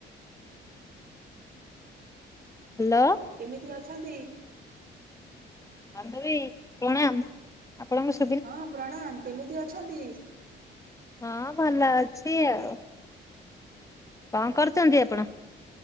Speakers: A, on the left; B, on the right.
A: Hello.
B: କେମିତି ଅଛନ୍ତି?
A: ବାନ୍ଧବୀ ପ୍ରଣାମ। ଆପଣଙ୍କ ସୁ
B: ହଁ ପ୍ରଣାମ୍। କେମିତି ଅଛନ୍ତି?
A: ହଁ ଭଲ ଅଛି ଆଉ। କଁ କରୁଚନ୍ତି ଆପଣ?